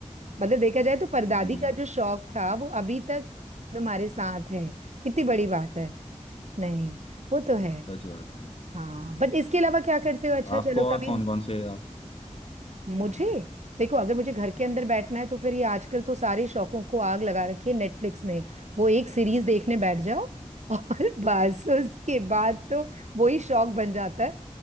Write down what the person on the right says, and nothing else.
मतलब देखा जाए तो परदादी
का जो शौक था वो अभी तक तुम्हारे साथ है कितनी बड़ी बात है नहीं वो तो है
हाँ बट इसके अलावा क्या करते हो अच्छा
चलो
कभी
मुझे
देखो अगर मुझे घर के अंदर बैठना है तो फिर ये आजकल तो सारे शौकों को आग लगा रखी है नेटफ्लिक्स ने वो एक सीरीज देखने बैठ जाओ और <laughs> बस उसके बाद तो वही शौक बन जाता है